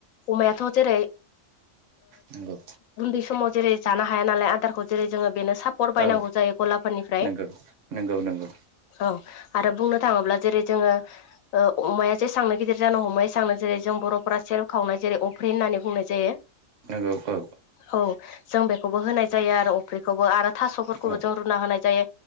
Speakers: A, on the left (about 80°); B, on the right (about 65°).
A: अमायाथ' जेरै
B: नंगौ
A: उन्दै समाव जेरै जानो हाया नालाय आदारखौ जेरै जोङो बेनो सापर बायनांगौ
B: औ
A: जायो गलाफोरनिफ्राय
B: नंगौ नंगौ नंगौ
A: औ आरो बुंनो थाङोब्ला जेरै जोङो अमाया जेसांनो गिदिर जानो हमो एसांनो जेरै जों बर' फोरा सेरेब खावनाय जेरै अफ्रि होननानै बुंनाय जायो
B: नंगौ औ
A: औ जों बेखौबो होनाय जायो आरो अफ्रिखौबो आरो थाख'फोरखौबो
B: औ
A: जों रुना होनाय जायो